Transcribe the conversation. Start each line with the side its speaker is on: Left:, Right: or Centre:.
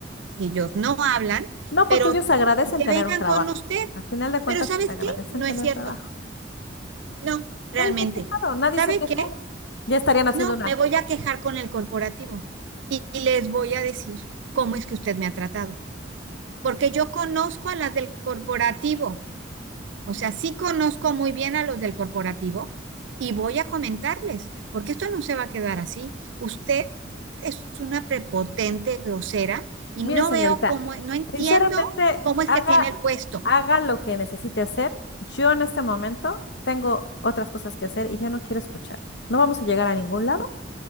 Right: ellos no hablan,
Left: No, porque
Right: pero
Left: ellos agradecen
Right: y que
Left: tener
Right: vengan
Left: un trabajo.
Right: con usted,
Left: Al final de cuentas,
Right: pero ¿sabes
Left: agradecen
Right: qué? No
Left: tener
Right: es cierto,
Left: trabajo.
Right: no, realmente.
Left: Nadie se ha quejado, nadie
Right: ¿Sabe
Left: se ha quejado.
Right: qué?
Left: Ya estarían haciendo
Right: No,
Left: una.
Right: me voy a quejar con el corporativo y, y les voy a decir cómo es que usted me ha tratado, porque yo conozco a las del corporativo O sea, sí conozco muy bien a los del corporativo y voy a comentarles, porque esto no se va a quedar así. Usted es una prepotente, grosera, y
Left: Mire,
Right: no
Left: señorita,
Right: veo cómo, no entiendo
Left: sinceramente,
Right: cómo es
Left: haga,
Right: que tiene el puesto.
Left: haga lo que necesite hacer. Yo en este momento tengo otras cosas que hacer y ya no quiero escuchar. No vamos a llegar a ningún lado.